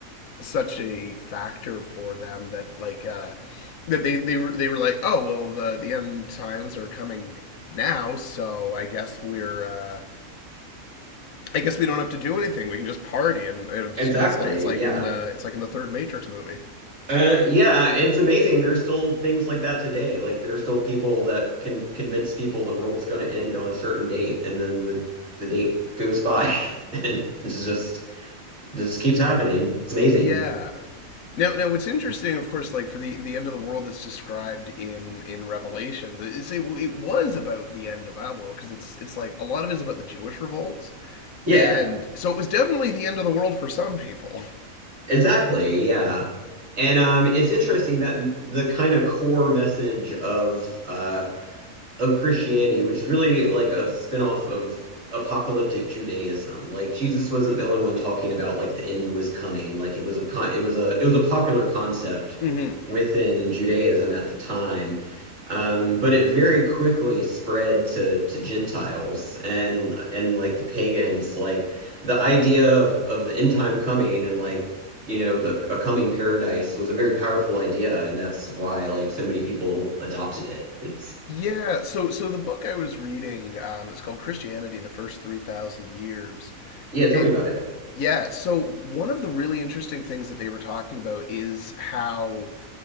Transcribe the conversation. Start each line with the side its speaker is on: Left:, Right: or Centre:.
Left: such a factor for them that like uh, that they they were they were like, oh well, the the end times are coming now, so I guess we're. Uh, I guess we don't have to do anything. We can just party, and it's,
Right: exactly.
Left: you know, it's like it's like
Right: Yeah.
Left: in the it's like in the third Matrix movie.
Right: Uh, yeah, and it's amazing. There's still things like that today. Like there's still people that can convince people the world's going to end on a certain date, and then the the date goes by, <laughs> and it's just this just keeps happening. It's amazing.
Left: Yeah. Now, now, what's interesting, of course, like for the the end of the world that's described in in Revelations, it's it, it was about the end of our world because it's it's like a lot of it is about the Jewish revolts,
Right: Yeah.
Left: and so it was definitely the end of the world for some people.
Right: Exactly, yeah. And um, it's interesting that m- the kind of core message of uh, of Christianity, which is really like a spinoff of apocalyptic Judaism. Like Jesus wasn't the only one talking about like the end was coming. Like it was a con it was a it was a popular concept
Left: Mm-hmm.
Right: within Judaism at the time. Um, but it very quickly spread to to Gentiles and and like the pagans, like the idea of of the end time coming and like you know the a coming paradise was a very powerful idea, and that's why like so many people adopted it. It's
Left: Yeah. So so the book I was reading, um, it's called Christianity: The First Three Thousand Years.
Right: Yeah, tell
Left: And
Right: me about it.
Left: yeah. So one of the really interesting things that they were talking about is how